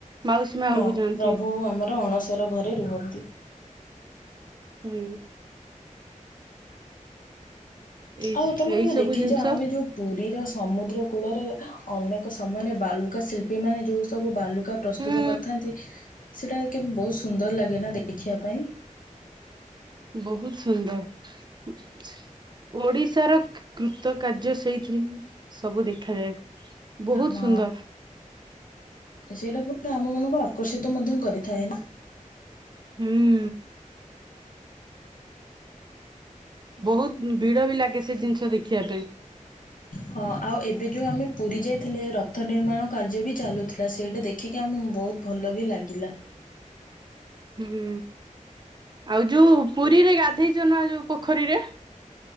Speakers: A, on the right; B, on the left.
A: ମାଉସୀ ମା
B: ହଁ
A: ଘରକୁ ଯାଆନ୍ତି
B: ପ୍ରଭୁ ଆମର ଅଣସର ଘରେ ରୁହନ୍ତି।
A: ହୁଁ। ଏଇ
B: ଆଉ ତମେ
A: ଏଇ
B: କେବେ
A: ସବୁ
B: ଦେଖିଛ,
A: ଜିନିଷ
B: ଆମେ ଯୋଉ ପୁରୀର ସମୁଦ୍ରକୂଳରେ, ଅନେକ ସମୟରେ ବାଲୁକାଶିଳ୍ପୀମାନେ ଯୋଉ ସବୁ ବାଲୁକା ପ୍ରସ୍ତୁତ
A: ହୁଁ
B: କରି ଥାନ୍ତି, ସେଇଟା କେବେ ବହୁତ ସୁନ୍ଦର ଲାଗେନା ଦେ-ଦେଖିଆ ପାଇଁ।
A: ବହୁତ ସୁନ୍ଦର। ଓଡ଼ିଶାର କୃ-କୃତକାର୍ଯ୍ୟ ସେଇଥିରେ ସବୁ ଦେଖାଯାଏ। ବହୁତ
B: ହଁ,
A: ସୁନ୍ଦର
B: ସେଇଟା ପୁଣି ତ ଆମମାନଙ୍କୁ ଆକର୍ଷିତ ମଧ୍ୟ କରିଥାଏ ନା।
A: ହୁଁ। ବହୁତ ଭିଡ ବି ଲାଗେ ସେ ଜିନିଷ ଦେଖିବା ପାଇଁ।
B: ହଁ। ଆଉ ଏବେ ଯୋଉ ଆମେ ପୁରୀ ଯାଇଥିଲେ ରଥ ନିର୍ମାଣ କାର୍ଯ୍ୟ ବି ଚାଲୁଥିଲା ସେଇଟି ଦେଖ ଦେଖିକି ଆମକୁ ବହୁତ ଭଲ ବି ଲାଗିଲା।
A: ହୁଁ। ଆଉ ଯୋଉ ପୁରୀରେ ଗାଧେଇଛ ନା ଯୋଉ ପୋଖରୀରେ?